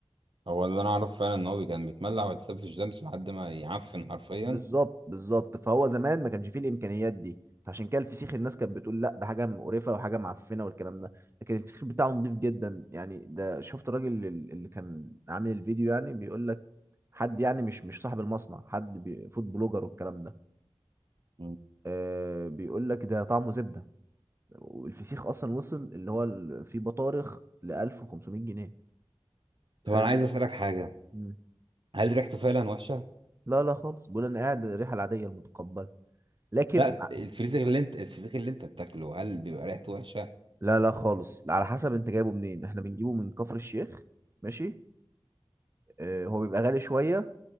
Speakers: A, on the right (about 60°); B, on the right (about 30°).
A: هو اللي انا اعرفه فعلا ان هو كان بيتملع ويتساب في الشمس لحد ما يعفن حرفيا
B: بالظبط بالظبط فهو زمان ما كانش فيه الامكانيات دي فعشان كده الفسيخ الناس كانت بتقول لا ده حاجه مقرفه وحاجه معفنه والكلام ده لكن الفسيخ بتاعه نضيف جدا يعني ده شفت الراجل ال- اللي كان عامل الفيديو يعني بيقول لك حد يعني مش مش صاحب المصنع حد بي- فود بلوجر والكلام ده
A: مم.
B: آه بيقول لك ده طعمه زبده والفسيخ اصلا وصل اللي هو ال- في بطارخ ل 1500 جنيه
A: طب
B: تخيل
A: انا
B: السعر
A: عايز اسالك حاجة
B: مم.
A: هل ريحته فعلا وحشه
B: لا لا خالص بيقول انا قاعد الريحه العاديه المتقبله لكن
A: لا الفسيخ اللي انت الفسيخ اللي انت بتاكله هل بيبقى ريحته وحشه
B: لا لا خالص على حسب انت جايبه منين احنا بنجيبه من كفر الشيخ ماشي اه هو بيبقى غالي شوية